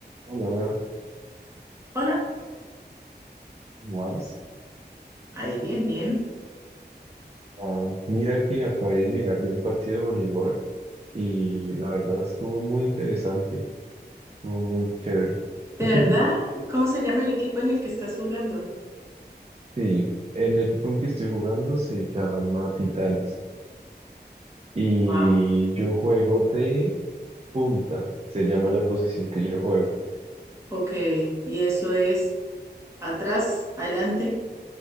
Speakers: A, on the right; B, on the right.
A: Hola,
B: Hola,
A: más.
B: ahí bien, bien.
A: Ah, mira que acabé de llegar de un partido de voleibol y la verdad estuvo muy interesante, estuvo muy chévere.
B: ¿De
A: <laughs>
B: verdad? ¿Cómo se llama el equipo en el que estás jugando?
A: Sí, el equipo en que estoy jugando se llama Titanes y
B: Wow.
A: yo juego de punta, se llama la posición que yo juego.
B: Ok, y eso es atrás, adelante.